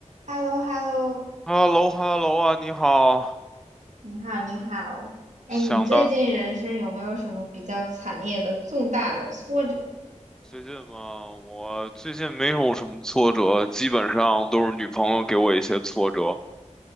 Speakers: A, on the right; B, in the centre.
A: h e l l o h e l l o
B: 哈喽哈喽啊，你好，
A: 你好，你好。哎，
B: 想的
A: 你最近人生有没有什么比较惨烈的、重大的挫折？
B: 最近嘛，我最近没有什么挫折，基本上都是女朋友给我一些挫折，